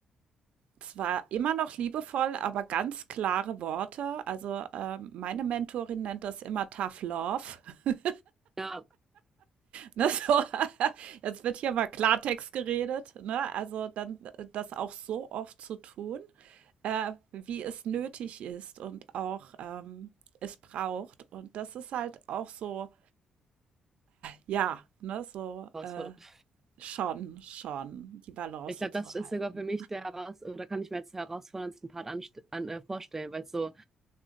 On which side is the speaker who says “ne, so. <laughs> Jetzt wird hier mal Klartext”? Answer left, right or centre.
Right